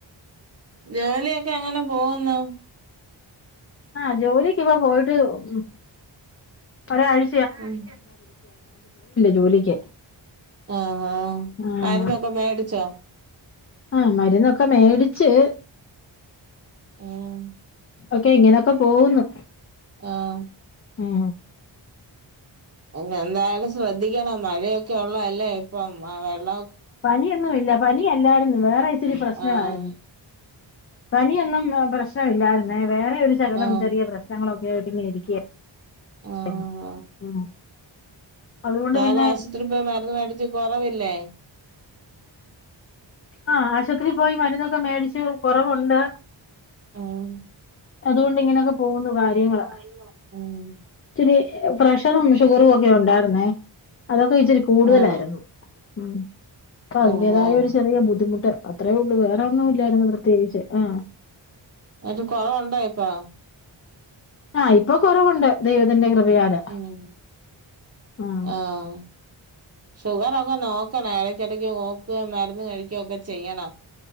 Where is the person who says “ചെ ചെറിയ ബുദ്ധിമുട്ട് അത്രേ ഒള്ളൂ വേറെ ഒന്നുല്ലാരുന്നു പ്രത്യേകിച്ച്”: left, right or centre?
Left